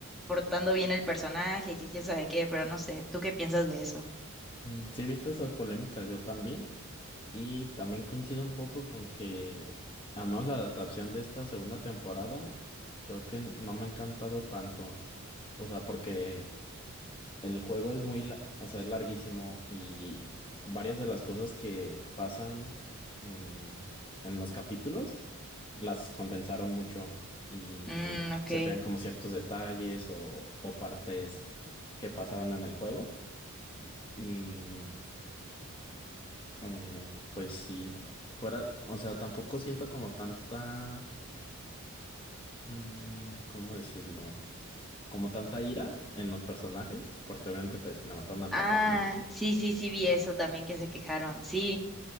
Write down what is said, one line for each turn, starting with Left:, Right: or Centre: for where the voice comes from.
Centre: portando bien el personaje, que quién sabe qué, pero no sé, ¿tú qué piensas de eso?
Left: Mm, Sí, he visto esas polémicas yo también. Y también coincido un poco con que, al menos la adaptación de esta segunda temporada, creo que no me ha encantado tanto. O sea, porque El juego es muy, la- o sea, es larguísimo y varias de las cosas que pasan en, en los capítulos las condensaron mucho y
Centre: Mm, ok.
Left: se pegan como ciertos detalles o, o partes que pasaron en el juego. Y mm, eh, pues sí, fuera, o sea, tampoco siento como tanta, mm, ¿cómo decirlo? Como tanta ira en los personajes, porque obviamente pues le mataron al
Centre: Ah,
Left: papá, ¿no?
Centre: sí, sí, sí vi eso también que se quejaron. Sí.